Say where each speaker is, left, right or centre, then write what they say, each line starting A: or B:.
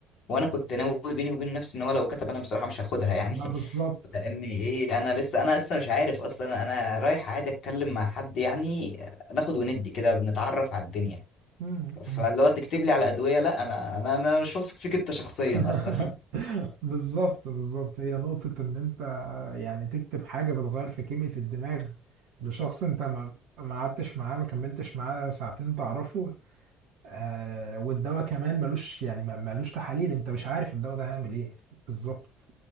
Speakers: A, on the left (about 50°); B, on the right (about 60°).
A: وانا كنت ناوي بيني وبين نفسي ان هو لو كتب انا بصراحه مش هاخدها يعني
B: ما
A: <laughs>
B: بالظبط
A: لان ايه انا لسه انا لسه مش عارف اصلا انا رايح عادي اتكلم مع حد يعني ناخد وندي كده بنتعرف على الدنيا
B: مم،
A: فاللي
B: مم.
A: هو تكتب لي على ادويه لا انا انا انا مش واثق فيك انت شخصيا
B: <laughs>
A: اصلا
B: بالظبط بالظبط هي نقطة إن أنت يعني تكتب حاجة بتغير في كيمياء الدماغ لشخص أنت ما ما قعدتش معاه ما كملتش معاه ساعتين تعرفه آه والدواء كمان ملوش يعني ما- ملوش تحاليل أنت مش عارف الدواء ده هيعمل إيه بالظبط